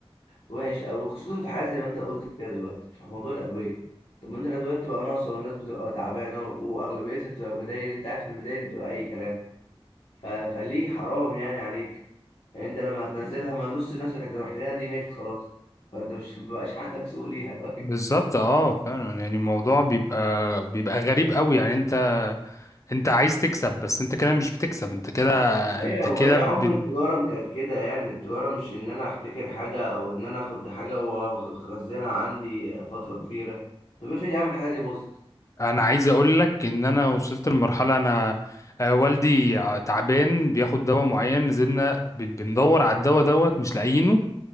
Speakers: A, on the left (about 85°); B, on the left (about 35°).
A: وحش أوي خصوصا في حاجات زي ما أنت قلت كده دلوقتي في موضوع الأدوية طب ما أنت الأدوية بتبقى ناقصة والناس بتبقى تعبانة و- وأغلبيتها بتبقى بدايل أنت عارف إن البدايل بتبقى أي كلام ف... فليه حرام يعني عليك يعني انت لما هتنزلها ما نص الناس اللي كانت محتاجاها دي ماتت خلاص فانت مش <laughs> مبقاش عندك سوق ليها <laughs> طيب
B: بالظبط اه فعلا يعني الموضوع بيبقى بيبقى غريب قوي يعني انت انت عايز تكسب بس انت كده مش بتكسب انت كده
A: ايوه
B: انت كده
A: وهي
B: بت...
A: عمر التجاره ما كانت كده يعني التجاره مش ان انا احتكر حاجه او ان انا اخد حاجه واخزنها عندي فتره كبيره طب افرض يا عم الحاجه دي باظت
B: انا عايز اقول لك ان انا وصلت لمرحله انا آه، والدي ع- تعبان بياخد دواء معين نزلنا بن- بندور على الدواء دوت مش لاقيينه